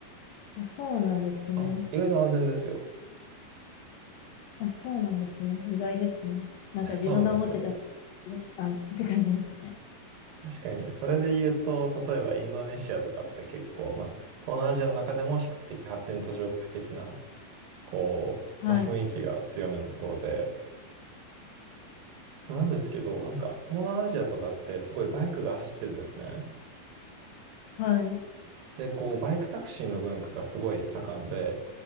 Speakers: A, on the left; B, on the right.
A: あ、そうなんですね。
B: あ、意外と安全ですよ。
A: あ、そうなんですね。意外ですね。なんか自分が持ってた、
B: <laughs> そうなんですよ。
A: 違ったんって感じですね。
B: 確かに、それで言うと、例えばインドネシアとかって結構、まあ、東南アジアの中でも比較的発展途上国的なこう、
A: はい。
B: まあ、雰囲気が強めのところで、なんですけど、なんか東南アジアとかってすごいバイクが走ってるんですね。
A: はい。
B: で、こう、バイクタクシーの文化がすごい盛んで、